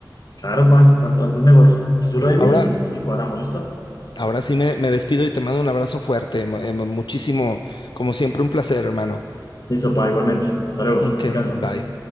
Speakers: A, on the left; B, on the left.
A: Claro, pa, cuanto antes mejor. Tú solo dime
B: Ahora,
A: y, y cuadramos, ¿listo?
B: ahora sí me, me despido y te mando un abrazo fuerte, mu- eh, muchísimo, como siempre, un placer, hermano.
A: Listo, pa, igualmente. Hasta luego,
B: Ok,
A: descansa.
B: bye.